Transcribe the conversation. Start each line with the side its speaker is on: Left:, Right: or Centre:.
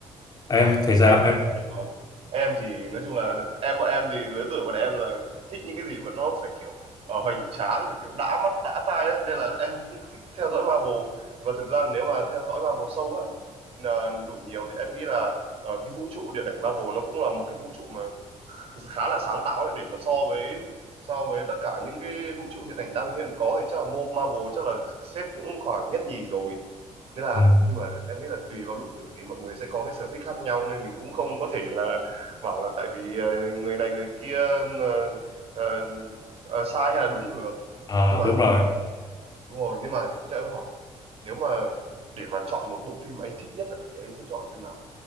Left: em
Right: Vâng.
Left: thì sao
Right: Thế
Left: em
Right: vâng. em thì nói chung là em bọn em thì lứa tuổi bọn em là thích những cái gì mà nó phải kiểu ờ, hoành tráng phải kiểu đã mắt đã tai ấy. Nên là em cũng thích theo dõi Marvel và thực ra nếu mà theo dõi Marvel sâu á là đủ nhiều thì em nghĩ là ờ, cái vũ trụ điện ảnh Marvel nó cũng là một cái vũ trụ mà khá là sáng tạo đấy để mà so với so với tất cả những cái vũ trụ hiện ảnh đang hiện có thì chắc là Mo- Marvel chắc là xếp cũng khoảng nhất nhì rồi nghĩa là
Left: ừ.
Right: nhưng mà em nghĩ là tùy vào độ tuổi thì mọi người sẽ có cái sở thích khác nhau nên mình cũng không có thể là bảo là tại vì ờ, người này người kia ờ, ờ, ờ, sai hay là đúng được
Left: à,
Right: nhưng mà
Left: đúng rồi
Right: đúng rồi nhưng mà cho em hỏi nếu mà để mà chọn một bộ phim mà anh thích nhất ạ, thì anh sẽ chọn phim nào